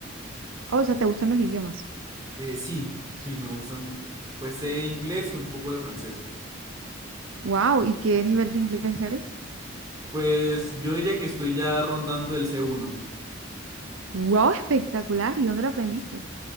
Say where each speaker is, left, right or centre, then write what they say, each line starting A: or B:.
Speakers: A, on the right; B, on the right.
A: O sea, ¿te gustan los idiomas?
B: Eh, sí, sí, me gusta, mu- pues sé inglés y un poco de francés.
A: Wow, ¿y qué nivel de inglés eres?
B: Pues yo diría que estoy ya rondando el c uno
A: Wow, espectacular, ¿y dónde lo aprendiste?